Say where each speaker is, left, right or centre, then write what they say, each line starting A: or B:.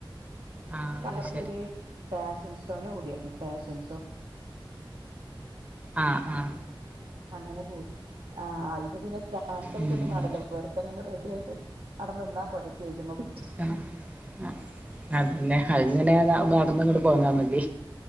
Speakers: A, on the right; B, on the right.
A: ആഹ്
B: കല്ലർ
A: അത് ശരി
B: <unintelligible> ഫാഷൻഷോന് കൂടിയായിരുന്നു ഫാഷൻഷോ
A: ആഹ് ആഹ
B: അങ്ങനെകൂടി ആഹ് അയിന് പിന്നെ ഡാൻസളിക്കൊന്നും
A: ഉം ഉം
B: വാണ്ടല്ലോ വെറുതെങ്ങന റെഡിയയിട്ട് അടെ നിന്നാപോരെ സ്റ്റേജിമ്മപൊയിട്ട്
A: കണ അ അതന്നെ അഹ്ങ്ങനെ നടന്ന്ങ്ങട്ട് പോന്നാമതി